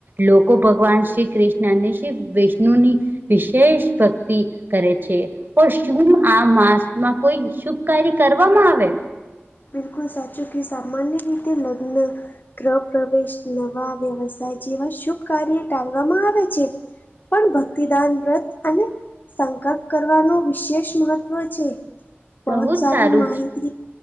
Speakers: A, on the right; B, on the left.
A: લોકો ભગવાન શ્રી કૃષ્ણ અને શ્રી વિષણુની વિશેષ ભક્તિ કરે છે પણ શું આ માસમાં કોઈ શુભ કાર્ય કરવામાં આવે
B: બિલકુલ સાચુખ સમાન્ય ગીતે લગ્ન ગ્રહ પ્રવેશ નવા વ્યવસાય જેવા શુભ કાર્ય ટાલવામાં આવે છે. પણ ભક્તિદાન વ્રત અને સંકલ્પ કરવાનું વિશેષ મહત્વ છે બહત
A: બહુ જ
B: સારી
A: સારું
B: માહિતી